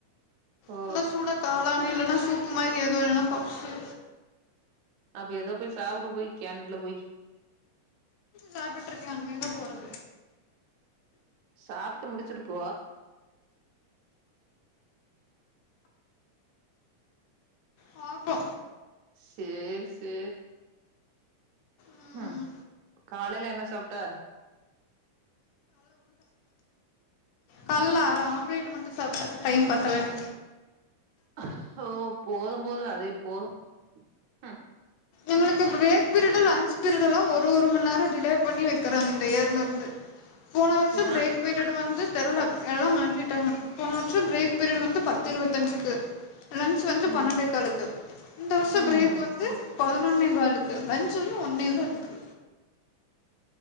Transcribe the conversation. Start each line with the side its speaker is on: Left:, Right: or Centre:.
Right: ஓ
Left: நல்ல சூடா காலானீல இல்லனா சூப்பு மாதிரி எதோ இல்லனா பப்ஸு
Right: அப்பொ எதோ போய் சாப்புடு போய் கேண்டீன் ல போய்
Left: சாப்ட்டுட்டுருக்கியா அங்க எங்க போறது
Right: சாப்புட்டு முடிச்சுட்டு போ
Left: பாப்போ
Right: சேரி சேர்
Left: ம்
Right: ஹ காலெல என்ன சாப்டே
Left: கல்லா டா ஆம்லேட்டு மட்டு சாப்ட டைம் பத்தலன்
Right: அஹ்ஹோ ஓ போதும் போது அதே போது ஹ
Left: எங்களுக்கு பிரேக் பிரிடு லன்ச் பிரிடுல்லா ஒரு ஒருமண்நேரோ டிலே பண்ணி வைப் க்கறாங்ந் இந்த இயர்லந்து போன வர்ஷம்
Right: யா
Left: பிரேக் பீரியட் வந்து தெர்லப் எல்லாம் மாட்டிட்டாங்கன் போனவற்று பிரேக் பிரிடு வந்து பத்து இருவத்தஞ்சிக்கு லன்ச் வந்து பனேன்டெகாலுக்கு
Right: ம்
Left: இந்த வர்ஷொ
Right: ம்
Left: பிரேக் வந்து பதினோன் பதினோன்னே காலுக்கு லன்ச் ஒன்னு ஒன்னே காலுக்கு